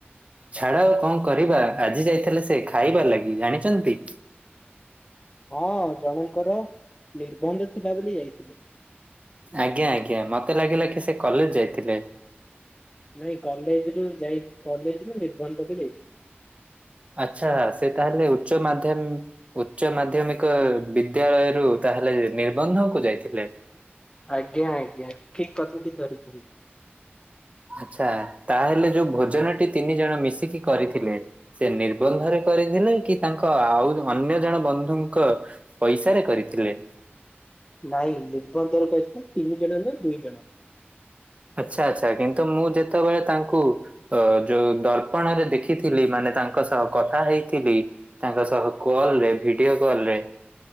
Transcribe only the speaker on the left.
ହଁ ଜଣଙ୍କର ନିର୍ବନ୍ଧ ଥିଲା ବୋଲି ଯାଇଥିଲେ,
ନାଇଁ କଲେଜ ରୁ ଯାଇ କଲେଜରୁୁ ନିର୍ବନ୍ଧକୁ ଯାଇ,
ଆଜ୍ଞା-, ଆଜ୍ଞା ଠିକ୍ କଥା ଠିକ୍ ଧରିଛନ୍ତି,
ନାଇଁ ନିର୍ବନ୍ଧରେ ହେ ତିନି ଜଣ ନା ଦୁଇ ଜଣ,